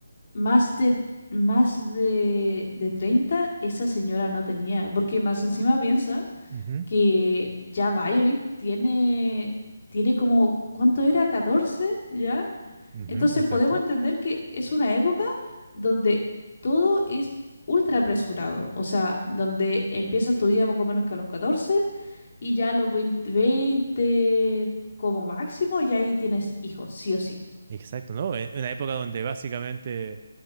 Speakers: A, on the left; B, on the right.
A: más de, más de, de 30 esa señora no tenía, porque más encima piensa
B: Ujú,
A: que ya Violet tiene, tiene como, ¿cuánto era? catorce ¿Ya?
B: ujú,
A: Entonces
B: exacto.
A: podemos entender que es una época donde todo es ultra apresurado, o sea, donde empiezas tu vida poco menos que a los catorce y ya a los veinte veinte como máximo, ya ahí tienes hijos, sí o sí.
B: Exacto, ¿no? En una época donde básicamente